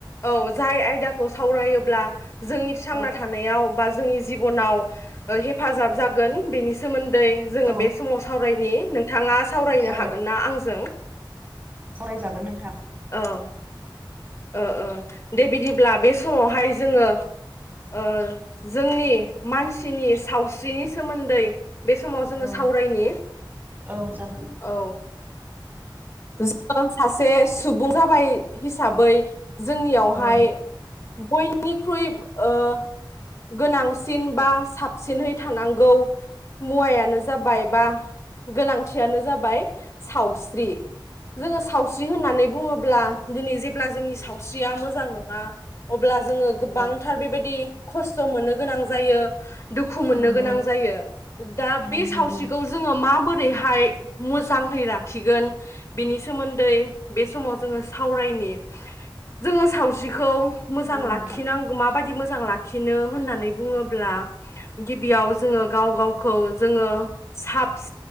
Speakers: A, on the left; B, on the right.
A: औ औ जाय आयदाखौ सावरायोब्ला जोंनि थांना
B: औ
A: थानायाव बा जोंनि जिबनाव हेफाजाब जागोन बेनि सोमोन्दै जोङो
B: औ
A: बे समाव सावरायनि। बिथाङा सावरायनो
B: सावराय
A: हागोन ना आंजों?
B: सावरायजागोन नोंथां
A: औ ओ ओ दे बिदिब्ला बे समावहाय जोङो ओजोंनि मानसिनि सावस्रिनि सोमोन्दै बे समाव जोङो
B: औ
A: सावरायनि
B: औ जागोन
A: औ। <unintelligible> सासे सुबुं जाबाय साबै जोंनियावहाय
B: औ
A: बयनिख्रुइ ओ गोनांसिन बा साबसिनहै थानांगौ मुवा जाबाय बा गोनांथियानो जाबाय सावस्रि जोङो सावस्रि होननानै बुङोब्ला दिनै जे सावस्रिया मोजां नङा अब्ला जोङो गोबांथार
B: औ
A: बेबायदि खस थ मोननो गोनां जायो दुखु मोननो
B: नंगौ
A: गोनां
B: औ नंगौ
A: जायो दा बे
B: उम नंगौ
A: सावस्रिखौ जोङो माबोरैहाय मोज जांहै राखिगोन बिनि सोमोन्दै बे समाव जोङो सावरायनि जोङो सावस्रिखौ मोजां
B: जागोन
A: लाखिनां
B: नोंथां
A: माबायदि मोजां लाखिनो होननानै बुङोब्ला गिबियाव जोङो गाव गावखौ जोङो साफस